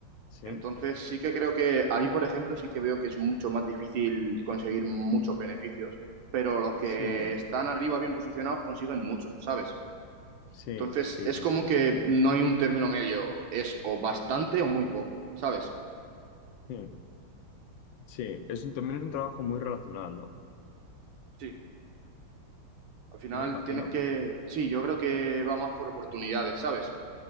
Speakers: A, on the left (about 75°); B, on the right (about 70°).
A: Sí.
B: Entonces sí que creo que ahí, por ejemplo, sí que veo que es mucho más difícil conseguir muchos beneficios, pero los que
A: Sí,
B: están arriba bien posicionados consiguen mucho, ¿sabes?
A: sí,
B: Entonces
A: sí,
B: es
A: sí,
B: como
A: sí.
B: que no hay un término medio, es o bastante o muy poco, ¿sabes?
A: Mm. Sí, es un- también es un trabajo muy relacional, ¿no?
B: Sí, al final
A: ¿No? Imagino.
B: tienes que, sí, yo creo que va más por oportunidades, ¿sabes?